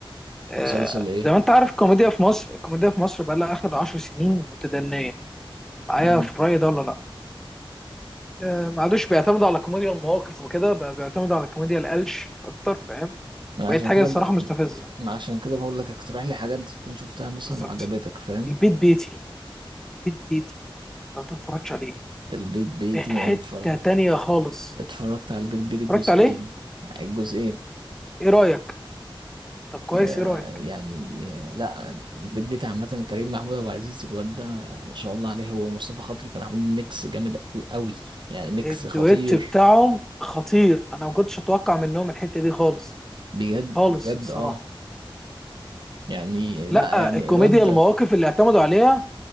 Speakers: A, in the centre; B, on the right.
A: آه،
B: مسلسل ايه
A: زي ما انت عارف الكوميديا في مصر الكوميديا في مصر بقى لها اخر عشر سنين متدنيه معايا
B: امم
A: في الرأي ده ولا لا آه، ما عادوش بيعتمدوا على كوميديا المواقف وكده بقى بيعتمدوا على كوميديا القلش اكتر فاهم
B: ما
A: بقت
B: عشان
A: حاجه
B: كده
A: الصراحه
B: بقى
A: مستفزه
B: ما عشان كده بقول لك اقترح لي حاجه انت تكون شفتها مثلا
A: بالظبط
B: وعجبتك فاهم
A: البيت بيتي البيت بيتي لو انت متفرجتش عليه
B: البيت بيتي
A: في حتة
B: انا اتفرج
A: تانية خالص
B: اتفرجت على البيت بيتي الجزئين
A: اتفرجت عليه
B: الجزئين
A: ايه رأيك طب كويس
B: آه
A: ايه رأيك
B: يعني آه لا البيت بيتي عامة كريم محمود أبو عزيز الواد ده آه، ما شاء الله عليه هو ومصطفى خاطر كانوا عاملين ميكس جامد قوي يعني ميكس
A: الدويت
B: خطير
A: بتاعهم خطير انا ما كنتش اتوقع منهم الحتة دي خالص
B: بجد
A: خالص
B: بجد
A: الصراحة
B: اه يعني
A: لا
B: لا يعني
A: الكوميديا
B: الواد ده
A: المواقف اللي اعتمدوا عليها